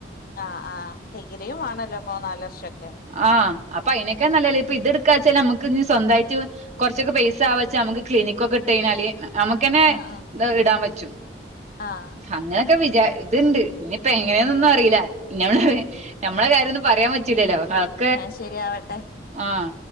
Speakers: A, on the left; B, on the right.
A: ആ ആ ഡിഗ്രിയുംവണലേ ഇപ്പോ നാല് വർഷൊക്കെ
B: ആഹ് അപ്പൊ അതിനനൊക്കെ നല്ലേ ഇപ്പൊ ഇതെടുക്കാെച്ചാൽ നമ്മുക്ക് ഇ സ്വന്തമായിട്ട് കുറച്ചൊക്കെ പൈസ ആവച്ചെ നമുക്ക് ക്നിക്ക ഒക്കെ ഇട്ട കഴിഞ്ഞാല് നമുന്നെ
A: ആ ആ
B: ഇന്ന് ഇടാൻ പറ്റും
A: ആഹ്
B: അങ്ങനെയൊക്കെ വിചാ ഇത്ണ്ട് ഇനിയിപ്പ എങ്ങനെയാന്നൊന്നും അറീല്ലാ <unintelligible> ഞമ്മളെ കാര്യൊന്നും പറയാൻ പറ്റൂല്ലല്ലോ <unintelligible>
A: ആഹ് ശരിയാവട്ടെ
B: ആഹ്